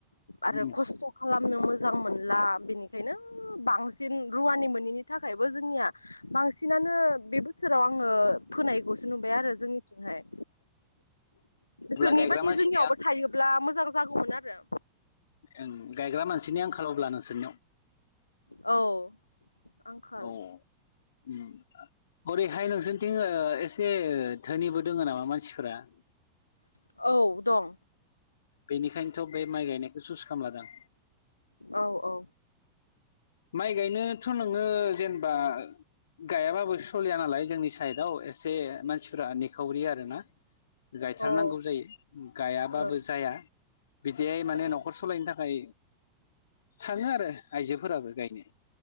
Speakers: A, on the left; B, on the left.
A: आरो
B: उम
A: खस्थ' खालामनो मोजां मोनला बेनिखायनो बांसिन रुवानि मोनैनि थाखायबो जोंनिया बांसिनानो बे बोसोराव आङो फोनाय खौसो नुबाय आरो जोंनिथिंहाय
B: अब्ला
A: जोंनिबादि
B: गायग्रा मानसिनि
A: जोंनियावबो ब्ला मोजां जागौमोन आरो।
B: ओं गायग्रा मानसिनि आंखाल अब्ला नोंसोरनियाव।
A: औ आंखाल
B: औ ओम ओरैहाय नोंसोरनिथिं अ एसे धोनिबो दोङ नामा मानसिफोरा?
A: औ दं
B: बेनिखायनोथ' बे माइ गायनायखौ सुस खालामलादां
A: औ औ
B: माइ गायनोथ' नोङो जेनेबा गायाबाबो सलिया नालाय जोंनि साइडआव एसे मानसिफ्रा नेखावरि आरोना गायथारनांगौ
A: औ
B: जायो गायाबाबो
A: ओं
B: जाया। बिदिहाय माने
A: ओं
B: न'खर सालायनो थाखाय थाङो आरो आइजोफोराबो गायनो